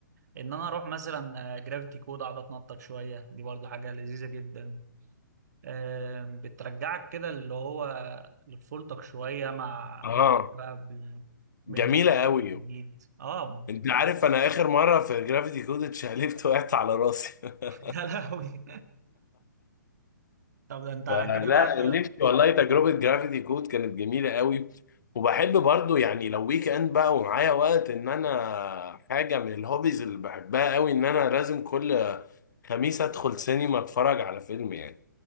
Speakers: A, on the right; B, on the left.
A: ان انا اروح مثلا آه، جرافيتي كود اقعد اتنطط شويه دي برضو حاجه لذيذه جدا آم، بترجعك كده اللي هو لطفولتك شوية مع
B: اه
A: انت بقى ب-
B: جميلة
A: بهزارك بقى
B: قوي
A: الجديد اه
B: انت عارف انا اخر مرة في جرافيتي كود اتشقلبت وقعت على راسي <laughs>
A: <laughs> يا لهوي طب ده انت على
B: فلا
A: كده بقى
B: نفسي والله تجربة جرافيتي كود كانت جميلة قوي وبحب برضو يعني لو ويك اند بقى ومعايا وقت ان انا حاجة من الهوبيز اللي بحبها قوي ان انا لازم كل خميس ادخل سينما اتفرج على فيلم يعني